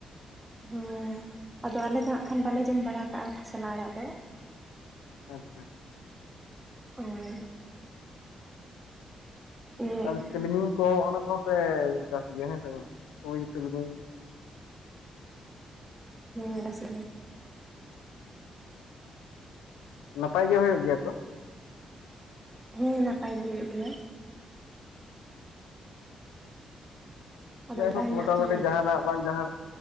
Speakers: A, on the right; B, on the left.
A: ᱦᱮᱸ ᱟᱫᱚ ᱟᱞᱮ ᱫᱚ ᱦᱟᱜᱸ ᱠᱷᱟᱱ ᱵᱟᱞᱮ ᱡᱚᱢ ᱵᱟᱲᱟ ᱠᱟᱜᱼᱟ ᱠᱷᱚᱥᱞᱟ ᱟᱲᱟᱜ ᱫᱚ᱾
B: ᱟᱪᱪᱷᱟ᱾
A: ᱦᱳᱭ᱾ ᱦᱮᱸ
B: ᱛᱟᱦᱚᱞᱮ ᱛᱤᱞᱢᱤᱧ ᱠᱚᱦᱚᱸ ᱚᱱᱟ ᱠᱚᱦᱚᱸ ᱯᱮ ᱪᱟᱥ ᱜᱮᱭᱟ ᱦᱮᱸ ᱥᱮ ᱵᱟᱝ? ᱛᱩᱲᱤ ᱛᱤᱞᱢᱤᱧ᱾
A: ᱦ ᱦᱮᱸ ᱵᱟᱥ <inaudible>
B: ᱱᱟᱯᱟᱭ ᱜᱮ ᱦᱩᱭᱩᱜ ᱜᱮᱭᱟ ᱛᱚ?
A: ᱦᱮᱸ ᱱᱟᱯᱟᱭ ᱜᱮ ᱦᱩᱭᱩᱜ ᱜᱮᱭᱟ᱾ <inaudible>
B: ᱡᱟᱭᱦᱳᱠ
A: ᱦᱮᱱᱟᱜ
B: ᱢᱚᱴᱟᱢᱩᱴᱤ
A: ᱛᱚ
B: ᱡᱟᱦᱟᱱᱟᱜ ᱵᱟᱝ ᱡᱟᱦᱟᱸ